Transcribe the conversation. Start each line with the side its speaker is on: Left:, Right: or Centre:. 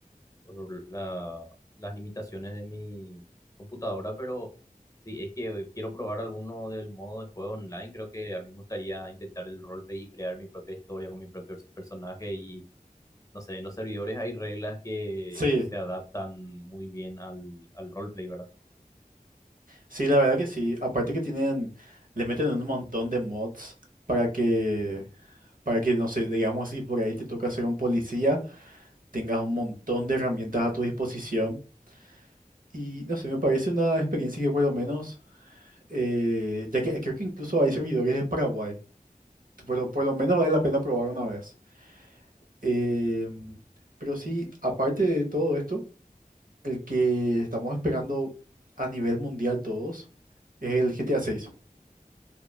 Left: por la- las limitaciones de mi computadora, pero si es que quiero probar alguno del modo de juego online, creo que a mí me gustaría intentar el roleplay y crear mi propia historia con mi propio personaje y no sé, en los servidores hay reglas que
Right: Sí,
Left: se adaptan muy bien al, al roleplay, ¿verdad?
Right: sí, la verdad que sí. Aparte que tienen, le meten un montón de mods para que, para que, no sé, digamos si por ahí te toca ser un policía. tengas un montón de herramientas a tu disposición. Y no sé, me parece una experiencia que por lo menos, eh, ya que creo que incluso hay servidores de Paraguay, por lo, por lo menos vale la pena probar una vez. Em, pero sí, aparte de todo esto, el que estamos esperando a nivel mundial todos es el GTA seis